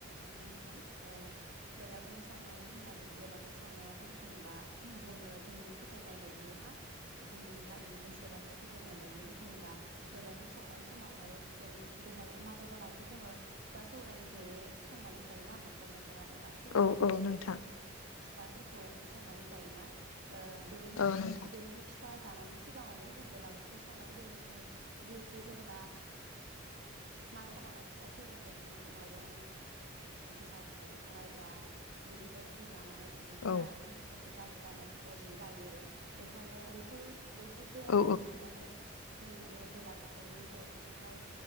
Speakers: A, on the right (about 55°); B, on the left (about 85°).
A: हागोन नोंथां। ओ बेलागुर सावनाय होननानै, बेलागुर सावनायावहाय जेनेबा जोङो जोंनि फोथायनाय बायदियै हा जोंनि गामि ओनसोलावहाय फोथायनाय बायदियै जेनेबा बेलागुर सावनाय समावहाय जेन बेलागु मागो दानावथ' जोङो फिथा-सौराय ज'यै संनानै जायोना न'खर-न'खर आरो गासै
B: औ
A: गामिनि
B: औ
A: सुबुंफोरानो
B: नोंथां
A: फिथाफोरखौ- सावनानै जायोना? ओ बेनि-
B: औ नोंथां
A: बेनि फि था जानायनि सिगाङावनो जों बेलागुरखौ सावनाय जायो जे जिहेथु जेनेबा- मागो जानो फिथा-सौराय बायदि माइरं, जोसा माइरं, माइब्रा बेफोरबायदि- जानानै उदैफोरा
B: औ
A: खायसे-खायसे- गाज्रि जानाय बायदि जायो आरो बेखायनो बेफोर बेफोर बेरामफोरा
B: औ
A: जेन जोंनि बे बेलागुरनि अरजोंहाय